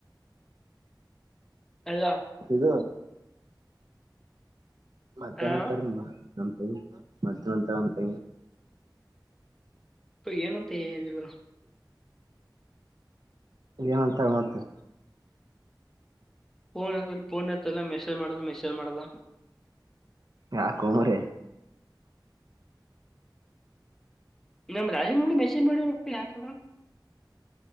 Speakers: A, in the centre; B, on the right.
A: ಅಲ್ಲ
B: ಇಗ ಮತ್ತೆನಂತಾರಮ್ಮ
A: ಹಾ
B: ನ ಮತ್ತೆ ನಂತರ ಅಂತ
A: ಸ ಏನಂತ ಏನಿಲ್ಲರು
B: ಏನಂತ ಮತ್ತೆ
A: ಫೋನ್ ಫೋನ್ ಹತ್ತ ಎ ಮೆಸೇಜ್ ಮಾಡ್ರ್ ಮೆಸೇಜ್ ಮಾಡಲ್ಲ
B: ರಾಕು ಮ ರ
A: ನಮ್ಮ ರಾಜಮೌಳಿ ಮೆಸಿನ್ ಮಳಿ ಯ ಮ್